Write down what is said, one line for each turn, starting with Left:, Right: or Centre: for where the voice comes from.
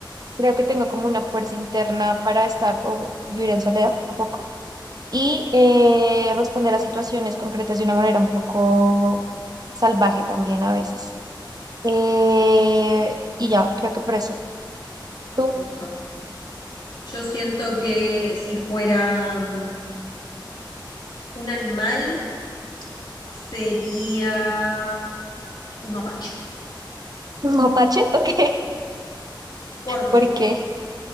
Right: creo que tengo como una fuerza interna para estar o vivir en soledad un poco y eh, responder a situaciones concretas de una manera un poco salvaje también a veces. Eh, y ya, creo que por eso. ¿Tú?
Left: Me gusta. Yo siento que si fuera mm, un animal, sería un mapache.
Right: ¿Un mapache? <laughs> Ok.
Left: ¿Por qué?
Right: ¿Por qué?